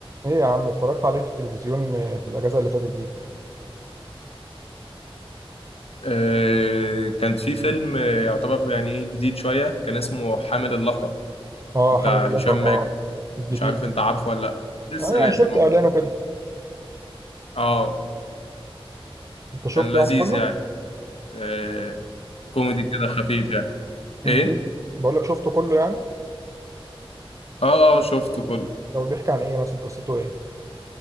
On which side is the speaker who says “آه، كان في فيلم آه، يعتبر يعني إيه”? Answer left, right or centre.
Left